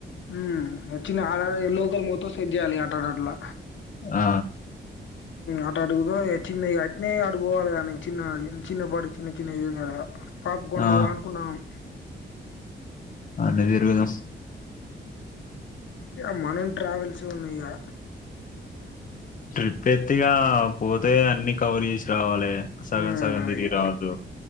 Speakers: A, on the left (about 80°); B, on the left (about 45°).
A: ఉమ్ వచ్చిన ఆడ లోకల్ మొత్తం సెట్ చేయాలి ఎట్టాగో అట్లా
B: ఆ
A: అట్ట అడుగుదా చిన్న అట్నే ఆడుకోవాలి గాని చిన్న చిన్న పాడు చిన్న చిన్న ఇది కదా పాపి కొండలు
B: ఆ
A: పోధామ అనుకున్నాను
B: అన్ని తిరుగుదాం
A: ఇ మనం ట్రావెల్స్ ఉన్నాయా
B: ట్రిప్ ఎత్తిగా పోతే అన్ని కవర్ చేసి రావాలి సగం
A: ఉమ్
B: సగం
A: అదే
B: తిరిగి
A: ఇగ
B: రావద్దు